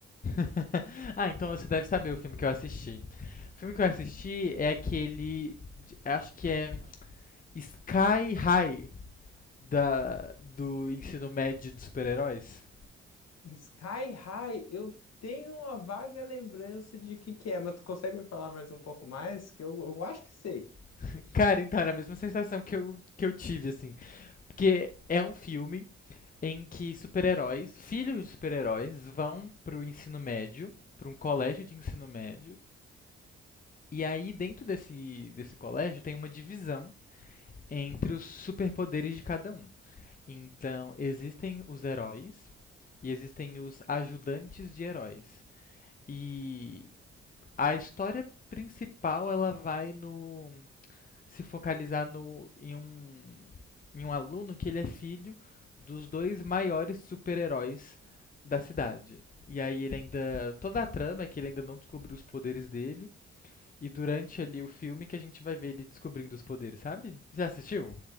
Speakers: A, on the left; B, on the left.
A: <laughs> ah, então você deve saber o filme que eu assisti. O filme que eu assisti é aquele. de- Acho que é Sky High da, do ensino médio dos super-heróis.
B: Sky High, eu tenho uma vaga lembrança de que que é, mas tu consegue me falar mais um pouco mais? Que eu, eu acho que sei.
A: <laughs> Cara, então era a mesma sensação que eu, que eu tive, assim. Porque é um filme em que super-heróis, filhos de super-heróis, vão pro ensino médio, pra um colégio de ensino médio. E aí, dentro desse, desse colégio, tem uma divisão entre os superpoderes de cada um. Então, existem os heróis e existem os ajudantes de heróis. E a história principal ela vai no se focalizar no em um em um aluno que ele é filho dos dois maiores super-heróis da cidade. E aí ele ainda toda a trama é que ele ainda não descobriu os poderes dele e durante ali o filme que a gente vai ver ele descobrindo os poderes, sabe? Já assistiu?